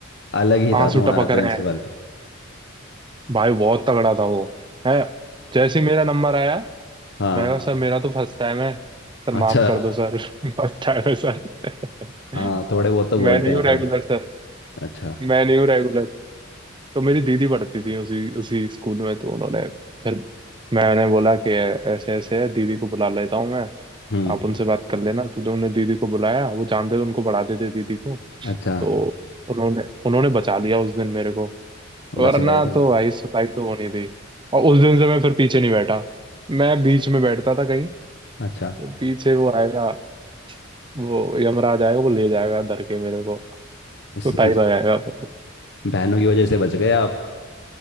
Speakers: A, on the left (about 60°); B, on the right (about 25°).
A: अलग ही था
B: आंसू
A: तुम्हारा
B: टपक
A: प्रिंसिपल
B: रहे हैं भाई बहुत तगड़ा था वो है जैसे ही मेरा नंबर आया
A: हाँ
B: मैं कहा सर मेरा तो फर्स्ट टाइम है सर
A: अच्छा
B: माफ कर दो सर <laughs> फर्स्ट टाइम है सर <laughs>
A: हाँ थोड़े बहुत तो बोलते
B: मैं नहीं
A: हैं
B: हूँ
A: सब
B: रेगुलर सर
A: अच्छा
B: मैं नहीं हूँ रेगुलर तो मेरी दीदी पढ़ती थी उसी उसी स्कूल में तो उन्होंने फिर मैंने बोला कि ऐसे ऐसे है दीदी को बुला लेता हूँ मैं
A: हम्म
B: आप उनसे बात कर लेना तो जो उन्होंने दीदी को बुलाया वो जानते थे उनको पढ़ाते थे दीदी को
A: अच्छा
B: तो उन्होंने उन्होंने बचा लिया उस दिन मेरे को
A: बच
B: वरना
A: गए तुम
B: तो भाई सुताई तो होनी थी और उस दिन से मैं फिर पीछे नहीं बैठा मैं बीच में बैठता था कहीं
A: अच्छा
B: पीछे वो आएगा वो यमराज आएगा वो ले जाएगा धर के मेरे को
A: इस
B: कुटाई
A: इस
B: लगाएगा फिर
A: बहनों की वजह से बच गए आप